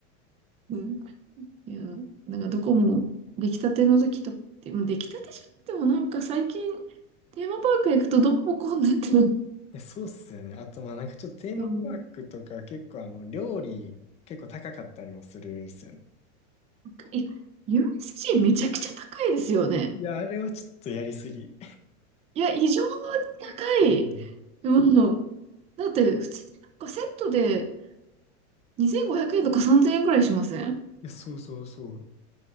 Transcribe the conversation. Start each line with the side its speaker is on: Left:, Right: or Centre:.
Right: うん。いや、なんかどこも出来たての時とか、でも出来たてじゃなくてもなんか最近テーマパーク行くとどこも混んでて、
Left: え、そうっすよね。あと、まあなんかちょっとテーマパークとか結構あの、
Right: うん、
Left: 料理結構高かったりもするっすよね。
Right: 高いいや、u s c めちゃくちゃ高いですよね。
Left: いや、あれはちょっとやりすぎ。
Right: いや、異常に
Left: <laughs>
Right: 高い。
Left: うん。い
Right: うん。だって普通になんかセットで2500円とか3000円ぐらいしません
Left: や、そうそうそう。